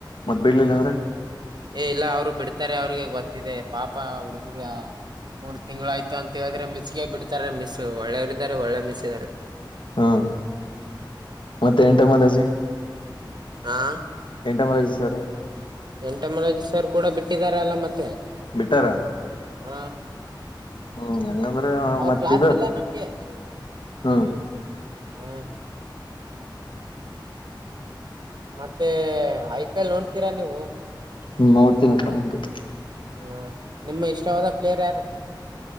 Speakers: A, on the left; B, on the right.
A: ಮತ್ ಬಿಡ್ಲಿಲ್ಲ ಅವ್ರೆ
B: ಏ ಇಲ್ಲ ಅವರು ಬಿಡ್ತಾರೆ ಅವರಿಗೆ ಗೊತ್ತಿದೆ. ಪಾಪ ಹಾ ಹುಡುಗುರ್ರಾ ಮೂರ್ ತಿಂಗಳಾಯ್ತು ಅಂತೆ ಹೇಳಿದ್ರೆ ಮಿಸ್ಗೆ ಬಿಡ್ತಾರೆ ಮಿಸ್. ಒಳ್ಳೆಯವರಿದ್ದಾರೆ ಒಳ್ಳೆ ಮಿಸ್ಸಿದ್ದರೆ.
A: ಹ್ಮ ಮತ್ತೆ ಎಂಟ ಮಾಲಾಜಿ.
B: ಹಾ.
A: ಎಂಟ ಮನೆಜಸರ.
B: ಎಂಟಮಲಜಿ ಸರ್ ಕೂಡ ಬಿಟ್ಟಿದರಲ್ಲ ಮತ್ತೆ.
A: ಬಿಟ್ಟಾರ
B: ಹ
A: ಹ್ಮ್ ಹಂಗಾದ್ರೆ
B: ಅವ್ರ
A: ಮತ್ತಿದು
B: ಕ್ಲಾಸ್ ಇಲ್ಲ ನಮ್ಗೆ
A: ಹ್ಮ್.
B: ಹ್ಮ ಮತ್ತೆ ಐ ಪಿ ಎಲ್ ನೋಡ್ತೀರಾ ನೀವು.
A: ಹ್ಮ್ ನೋಡ್ತೀನ್. <unintelligible>
B: ಹ ನಿಮ್ಮ ಇಷ್ಟವಾದ ಪ್ಲೇಯರ್ ಯಾರು.